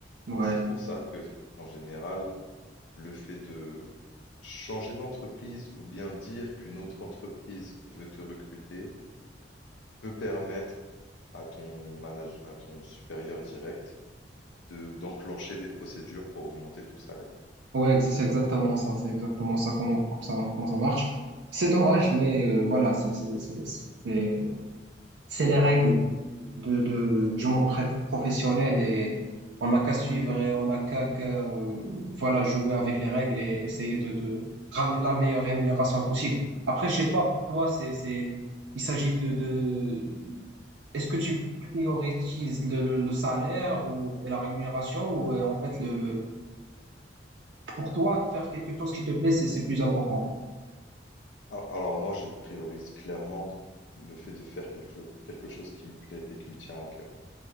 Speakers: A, on the right (about 65°); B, on the left (about 75°).
A: Ouais.
B: Et c'est pour ça que, en général, le fait de changer d'entreprise ou bien dire qu'une autre entreprise veut te recruter, peut permettre à ton manage à ton supérieur direct de d'enclencher des procédures pour augmenter ton salaire.
A: Ouais, ex- c'est exactement ça, c'est exactement ça comment, comme ça, comment ça marche. C'est dommage, mais euh, voilà, c'est c'est c'est c'est c'est c'est les règles de de du monde pré- professionnel et on n'a qu'à suivre et on n'a qu'à qu'à, euh, voilà jouer avec les règles et essayer de de ramener la meilleure rémunération possible. Après, je sais pas pour toi, c'est c'est il s'agit de de est-ce que tu prioritises le, le le salaire ou et la rémunération ou euh, en fait le le pour toi, faire quelque chose qui te plaît, c'est c'est plus important.
B: A alors moi, je priorise clairement le fait de faire quelque cho quelque chose qui me plaît et qui me tient à cœur.